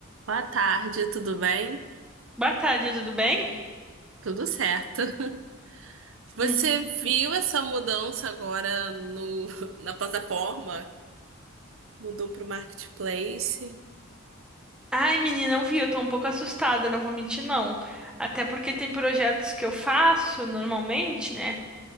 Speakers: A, on the right; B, in the centre.
A: Boa tarde, tudo bem?
B: Boa tarde, tudo bem?
A: Tudo certo. <laughs> Você
B: Hum.
A: viu essa mudança agora no, <laughs> na plataforma? Mudou para o Marketplace?
B: Ai, menina, eu vi, eu tô um pouco assustada, não vou mentir, não. Até porque tem projetos que eu faço normalmente, né?